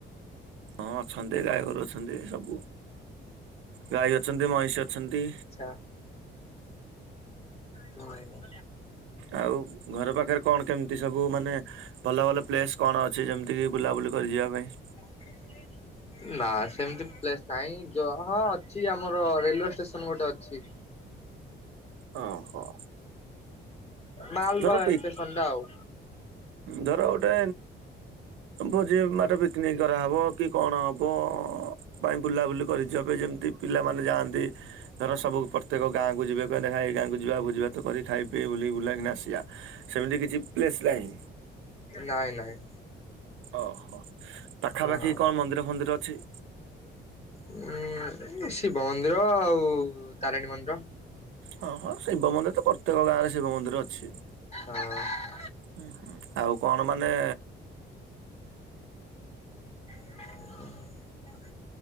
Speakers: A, on the right; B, on the left.
A: ହଁ ଅଛନ୍ତି ଗାଈଗୋରୁ ଅଛନ୍ତି ସବୁ ଗାଈ ଅଛନ୍ତି ମଇଁଷି ଅଛନ୍ତି
B: ଆଛା ହଁ
A: ଆଉ ଘର ପାଖରେ କଣ କେମିତି ସବୁ ମାନେ ଭଲ ଭଲ ପ୍ଲେସ୍ କଣ ଅଛି ଯେମିତି କି ବୁଲାବୁଲି କରିିଯିବା ପାଇଁ
B: ହ ନା ସେମିତି ପ୍ଲେସ୍ ନାହିଁ ଯହ ଅଛି ଆମର ରେଲୁୱେ ଷ୍ଟେସନ୍ ଗୋଟେ ଅଛି
A: ଓହୋ
B: ମାଲବାହୀ
A: ଧର ପିକ୍
B: ଷ୍ଟେସନ୍ ଟା ଆଉ
A: ଧର ଗୋଟେ ଭୋଜି ଭାତ ମାନେ ପିକିନିକି କରାହବ କି କଣ ହବ ପାଇଁ ବୁଲାବୁଲି କରିଚ ଏବେ ଯେମିତି ପିଲାମାନେ ଯାଆନ୍ତି ଧର ସବୁ ପ୍ରତ୍ୟେକ ଗାଁକୁ ଯିବେ ମାନେ ହଅ ଏଇ ଗାଁ କୁ ଯିବା ଭୋଜି ଭାତ କରି ଖାଇ ପିଇ ବୁଲି ବୁଲା କିରିନା ଆସି ବା ସେମିତି କିଛି ପ୍ଲେସ୍ ନାହିଁ
B: ନାଇଁ ନାଇଁ
A: ଓହୋ ପାଖାପାଖି
B: ହଁ।
A: କଣ ମନ୍ଦିର ଫନ୍ଦିର ଅଛି
B: ଉଁ ଶିବ ମନ୍ଦିର ଆଉ ତାରିଣୀ ମନ୍ଦିର
A: ହଁ ହଁ ଶିବ ମନ୍ଦିର ତ ପ୍ରତ୍ୟେକ ଗାଁ ରେ ଶିବ ମନ୍ଦିର ଅଛି
B: ହଁ।
A: ହୁଁ ଆଉ କଣ ମାନେ
B: ହୁଁ